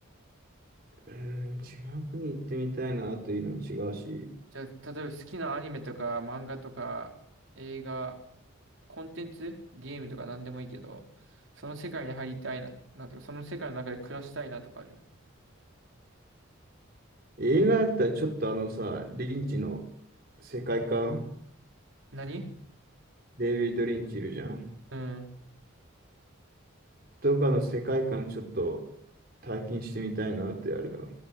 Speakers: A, on the right (about 45°); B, on the right (about 70°).
A: ーん、違う国行ってみたいなというのも違うし、
B: じゃあ、例えば好きなアニメとか漫画とか映画、コンテンツ、ゲームとか何でもいいけど、その世界に入りたいな、なとか、その世界の中で暮らしたいなとかある。
A: 映画だったらちょっとあのさ、リンチの世界観、
B: 何
A: デイビッド・リンチいるじゃん。
B: うん。
A: とかの世界観ちょっと体験してみたいなってあるな。